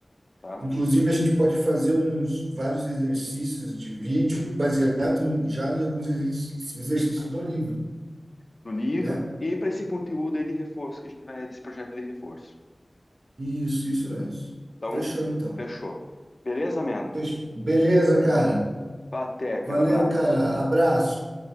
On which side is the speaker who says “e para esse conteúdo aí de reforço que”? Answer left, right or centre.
Left